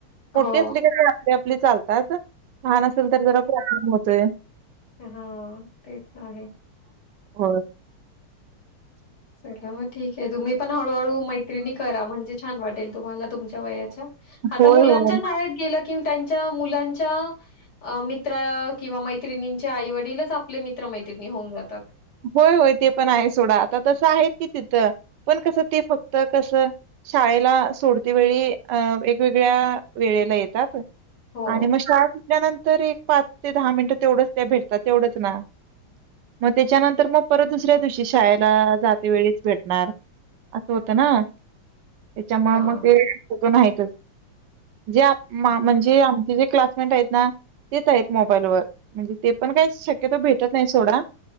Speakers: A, on the right; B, on the left.
A: मोठी
B: हो,
A: असली का ते <unintelligible> आपली चालतात लहान असेल तर जरा प्रॉब्लेम होतोय.
B: हा तेच आहे.
A: होय.
B: चला मग ठीक आहे तुम्ही पण हळूहळू मैत्रिणी करा म्हणजे छान वाटेल तुम्हाला तुमच्या वयाच्या आता
A: होय
B: मुलं त्यांच्या
A: होय.
B: शाळेत गेलं कि त्यांच्या मुलांच्या अ मित्रा किंवा मैत्रिणींच्या आईवडीलच आपले मित्र मैत्रिणी होऊन जातात.
A: होय होय ते पण आहे सोडा. आता तसं आहेत की तिथं, पण कसं ते फक्त कसं शाळेला सोडती वेळी अ वेगवेगळ्या वेळेला येतात.
B: हो
A: आणि मग शाळा शिकल्यानं तर एक पाच ते दहा मिनिटं तेवढंच त्या भेटतात. तेवढंच ना मग त्याच्यानंतर मग परत दुसऱ्या दिवशी शाळेला जाते वेळीच भेटणार. असं होतं ना. त्याच्यामुळे
B: हां
A: मग ते होत नाहीतच जे म्हणजे
B: हां
A: आमचे जे क्लासमेट आहेत ना, तेच आहेत मोबाईल वर. म्हणजे ते पण काही शक्यतो भेटत नाही सोडा.